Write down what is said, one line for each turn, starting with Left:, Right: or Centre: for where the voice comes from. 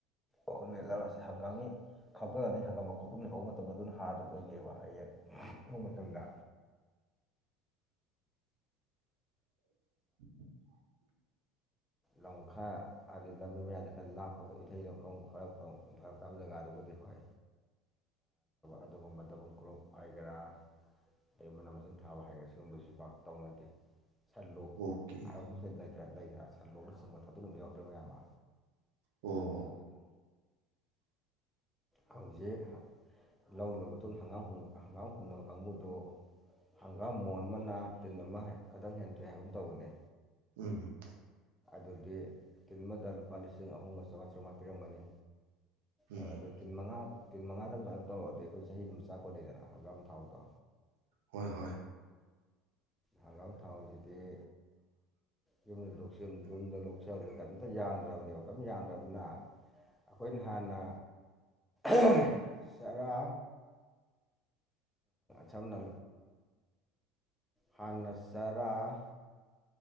Centre: ꯑꯣ ꯃ‌ꯦꯠꯂꯕꯁꯤ꯫ ꯍꯪꯒꯥꯝꯃꯤ꯫ ꯈꯥꯎꯒꯒꯗ‌ꯦ ꯍꯪꯒꯥꯝ ꯃꯀꯨ꯫ ꯍꯧꯐꯝ ꯂꯩꯍꯧꯕ ꯃꯇꯝ ꯑꯗꯨꯅ ꯍꯥꯔꯗꯨꯝ ꯑꯣꯏꯅꯩꯕ ꯍꯥꯏꯌꯦꯡ꯫ ꯊꯧ ꯃꯇꯝꯗ꯫
Right: <unintelligible>
Centre: ꯂꯧ꯫ ꯈꯔ ꯑꯗꯤ ꯂꯝꯕꯤ ꯃꯌꯥꯗ ꯈꯔ ꯂꯥꯞꯄ ꯏꯊꯩ ꯂꯧꯈꯣꯡ ꯐꯔꯛ ꯇꯥꯕ ꯖꯒꯥꯗꯨꯕꯨꯗꯤ ꯍꯣꯏ ꯑꯗꯨꯒꯨꯝꯕ ꯗꯕꯜ ꯀ꯭ꯔꯣꯞ ꯍꯥꯏꯒꯦꯔꯥ ꯑꯗꯩ ꯃꯅꯥ ꯃꯁꯤꯡ ꯊꯥꯕ ꯍꯥꯏꯒꯥ ꯁꯤꯒꯨꯝꯕꯕꯁꯤ ꯄꯥꯛ ꯇꯧꯅꯗꯦ ꯁꯟ ꯂꯣꯛ
Right: ꯑꯣꯀꯦ
Centre: ꯍꯥꯏ ꯂꯩꯇ꯭ꯔ ꯂꯩ ꯁ ꯂꯣꯛꯗ ꯆꯟꯕꯣꯊꯥꯇꯅ ꯎꯅꯕꯕ ꯌꯥꯎꯗ꯭ꯔꯦ ꯃꯌꯥꯝ ꯑꯃ
Right: ꯑꯣ ꯑꯣ
Centre: ꯍꯧꯖꯤꯛ ꯂꯧꯔꯨꯔꯕ ꯃꯇꯨꯡꯗꯪꯒꯥꯝ ꯍꯪꯒꯥꯝ ꯍꯨꯟꯅꯕ ꯀꯥꯡꯕꯨꯗꯨ ꯍꯪꯒꯥꯝ ꯃꯣꯟ ꯑꯃꯅ ꯇꯤꯟ ꯑꯃ ꯈꯤꯇꯪ ꯍꯦꯟꯊꯣꯛꯏ ꯍꯥꯏꯕ ꯑꯃ ꯇꯧꯕꯅꯤ
Right: ꯎꯝ
Centre: ꯑꯗꯨꯗꯤ ꯇꯤꯟꯃꯗ ꯂꯨꯄꯥ ꯂꯤꯁꯤꯡ ꯑꯍꯨꯝꯒ ꯆꯥꯃꯥꯇꯔꯨꯉꯥ ꯄꯤꯔꯝꯒꯅꯤ
Right: ꯎꯝ
Centre: ꯑꯗꯨ ꯇꯤꯟ ꯃꯉꯥ ꯇꯤꯟ ꯃꯉꯥꯗꯪ ꯑꯗꯨꯃꯥꯏꯝ ꯇꯧꯔꯛꯑꯣ ꯑꯗꯨꯗꯤ ꯑꯩꯈꯣꯏ ꯆꯍꯤ ꯑꯗꯨꯝ ꯆꯥꯛ ꯈꯣꯠꯂ ꯂꯩꯗꯅ ꯍꯪꯒꯥꯝ ꯊꯥꯎꯗꯣ
Right: ꯍꯣꯏ ꯍꯣꯏ
Centre: ꯍꯂꯥꯎ ꯊꯥꯎꯁꯤꯗꯤ ꯌꯨꯝꯗ ꯌꯨꯝꯗ ꯂꯣꯛꯁꯕꯗ ꯀꯔꯤꯝꯇ ꯌꯥꯟꯗ꯭ꯔꯕꯅꯦꯕ ꯁꯝ ꯌꯥꯝꯗ꯭ꯔꯕꯅꯤꯅ ꯑꯩꯈꯣꯏꯅ ꯍꯥꯟꯅ ꯎ ꯆꯔꯥ ꯁꯝꯅ ꯍꯥꯟꯅ ꯆꯔꯥ